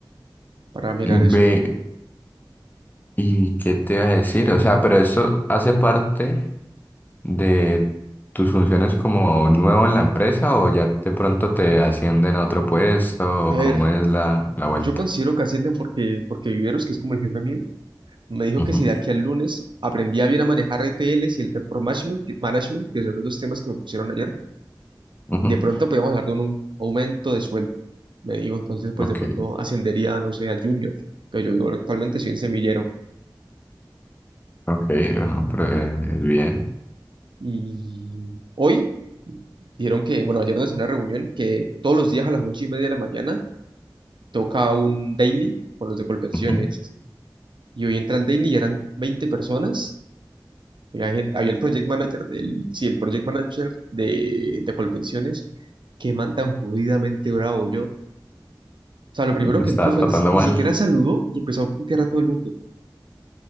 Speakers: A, on the right; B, on the left.
A: para mirar
B: Ve,
A: eso.
B: ¿y qué te iba a decir? O sea, pero esto hace parte de tus funciones como nuevo en la empresa o ya de pronto te ascienden a otro puesto
A: A
B: o cómo
A: ver,
B: es la, la vuelta?
A: yo considero que ascienden porque, porque Viveros, que es como el jefe mío, me dijo
B: Ujú,
A: que si de aquí al lunes aprendía bien a manejar RTLs y el report management, que, management, que son los dos temas que me pusieron ayer,
B: ujú.
A: de pronto podíamos hablar de un, un aumento de sueldo. Me dijo, entonces, pues
B: Ok,
A: de pronto ascendería, no sé, a junior, que yo actualmente soy en semillero.
B: ok, bueno, pero eh, es bien.
A: Y hoy dijeron que, bueno, ayer nos hicieron una reunión que todos los días a las ocho y media de la mañana toca un daily con los de Colpensiones.
B: Ujú.
A: Y hoy entra al daily y eran 20 personas. Había gente- había el project manager del, sí, el project manager de, de Colpensiones, que man tan jodidamente bravo yo. O sea, lo primero
B: Estaba
A: que entró fue
B: tratando
A: ni, si- ni
B: mal
A: siquiera saludó y empezó a putear a todo el mundo.